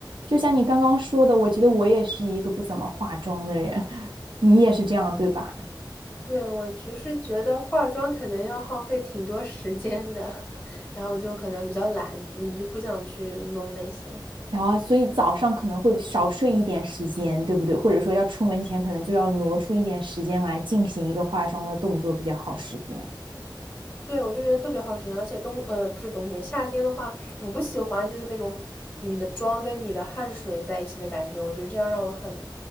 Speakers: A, on the right (about 80°); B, on the left (about 20°).
A: 就像你刚刚说的，我觉得我也是一个不怎么化妆的人，你也是这样，对吧？
B: 对，我其实觉得化妆可能要耗费挺多时间的，<laughs> 然后我就可能比较懒，你就不想去弄那些。
A: 然后，所以早上可能会少睡一点时间，对不对？或者说要出门前，可能就要挪出一点时间来进行一个化妆的动作比较耗时间。
B: 对，我就觉得特别耗时间，而且冬，呃，不是冬天，夏天的话，我不喜欢就是那种你的妆跟你的汗水在一起的感觉，我觉得这样让我很